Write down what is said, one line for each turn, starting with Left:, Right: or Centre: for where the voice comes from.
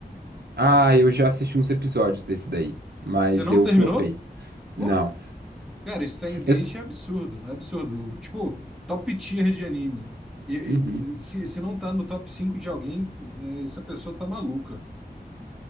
Right: Ah, eu já assisti uns episódios desse daí, mas
Centre: Você não
Right: eu
Centre: terminou?
Right: flopei. Não.
Centre: Porra! Cara, Steins Gate
Right: Eu,
Centre: é absurdo, é absurdo. Tipo, top tier de anime. E-
Right: uhum.
Centre: e- se, se não tá no top 5 de alguém, eh, essa pessoa tá maluca.